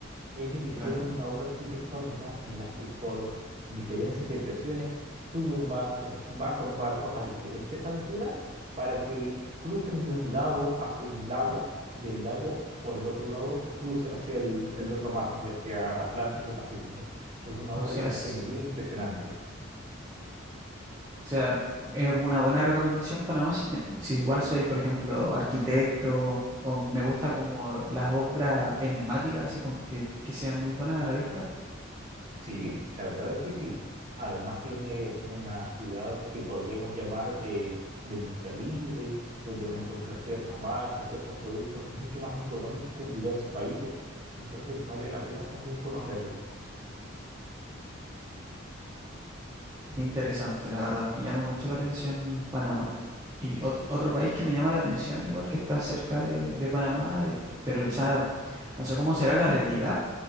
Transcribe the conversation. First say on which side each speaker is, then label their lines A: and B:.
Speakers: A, on the right; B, on the right.
A: Ellos hicieron
B: claro.
A: una obra arquitectónica en la que por diferencias de presiones suben barcos, bajan barcos a diferentes alturas para que crucen de un lado hacia un lago, del lago por el otro lado cruzan hacia el, el otro mar, ya sea Atlántico Pacífico. Es una
B: O
A: obra
B: sea,
A: de ingeniería
B: es,
A: impresionante.
B: o sea, es una buena recomendación Panamá si, te- si igual soy, por ejemplo, arquitecto o me gusta como las obras enigmáticas, así como que, que sean muy buenas a la vista.
A: Sí, la verdad es que sí. Además tienes una ciudad que podríamos llamar eh, de impuesto libre, donde vas a encontrar ciertas marcas, ciertos productos mucho más económicos que en diversos países. Entonces vale la pena también conocerla.
B: Interesante,
A: De
B: la verdad. Me llama mucho la atención Panamá. Y ot- otro país que me llama la atención, igual que está cerca de, de Panamá, eh, pero quizás no sé cómo será la realidad,